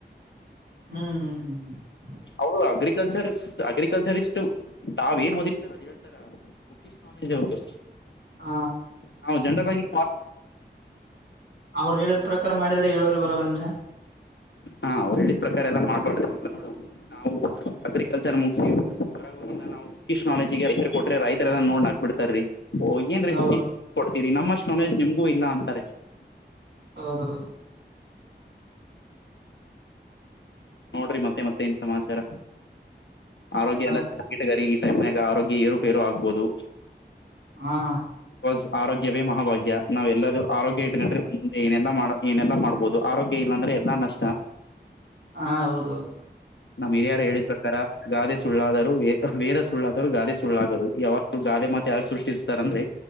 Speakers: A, on the right; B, on the left.
A: ಹ್ಮ್ ಹ್ಮ್
B: ಅವರು ಅಗ್ರಿಕಲ್ಚರ್ ಅಗ್ರಿಕಲ್ಚರಿಷ್ಟ ತಾವ ಏನ್ ಓದಿತಾರ ಹೇಳ್ತಾರ ಬುಕ್ಕಿಶ ನಾಲೆಜ್ ಅವರದು
A: ಹ
B: ನಾವ ಜನರಲಾಗಿ
A: ಅವರು ಹೇಳಿದ್ ಪ್ರಕಾರ ಮಾಡಿದ್ರೆ ಇಳುವರಿ ಬರಲ್ಲ ಅಂದೆ
B: ಹಾ ಅವ್ರು ಹೇಳಿದ ಪ್ರಕಾರ ಎಲ್ಲ ಮಾಡ್ ಬ್ಯಾಡರಿ ನೀವ ನೋಡ ನಾವು ಅಗ್ರಿಕಲ್ಚರ್ ಮುಗಸಿ ಹೊರಗೊಗಿಂದ ನಾವು ಬುಕ್ಕಿಷ ನಾಲೆಜಗ ರೈತರಿಗ ಕೊಟ್ರೆ ರೈತರೆಲ್ಲ ನೋಡಿ ನಗ ಬಿಡ್ತಾರೀ ಓ ಏನ್ರೀ
A: ಹೌದು
B: ಬುಕ್ಕಿಶ ನಾಲೇಜ್ ಕೊಡ್ತೀರಿ ನಮ್ಮಷ್ಟ್ ನಾಲೆಜ್ ನಿಮ್ಗೂ ಇಲ್ಲ ಅಂತಾರೆ
A: ಹೌದೌದು
B: ನೋಡ್ರಿ ಮತ್ತೆ ಮತ್ತೆ ಏನ್ ಸಮಾಚಾರ ಆರೋಗ್ಯ
A: ಏನೆಲ್ಲ
B: ಎಲ್ಲ
A: ನಾವು
B: ಚೆನ್ನಾಗಿಟ್ಟಗರಿ ಈ ಟೈಮನಾಗ ಆರೋಗ್ಯ ಏರುಪೇರು ಆಗ್ಬೋದು
A: ಹಾ
B: ಬಿಕಾಸ್ ಆರೋಗ್ಯವೇ ಮಹಭಾಗ್ಯ ನಾವಲ್ಲದೂ ಆರೋಗ್ಯ ಇಟ್ಟಕೊಂಡ್ರೆ ನಮ್ಮ ಮುಂದೆ ಏನೆಲ್ಲ ಮಾಡ ಏನೆಲ್ಲ ಮಾಡ್ಬಹುದು ಆರೋಗ್ಯ ಇಲ್ಲಾಂದ್ರೆ ಎಲ್ಲಾ ನಷ್ಟ
A: ಹಾ ಹೌದೌದು
B: ನಮ್ ಹಿರಿಯರ ಹೇಳಿದ ಪ್ರಕಾರ ಗಾದೆ ಸುಳ್ಳಾದರು ವೇದ ಸುಳ್ಳಾದರು ಗಾದೆ ಸುಳ್ಳಾದರು ಯಾವು ಗಾದೆ ಮಾತ ಯಾರು ಸೃಷ್ಟಿಸ್ತಾರೆ ಅಂದ್ರೆ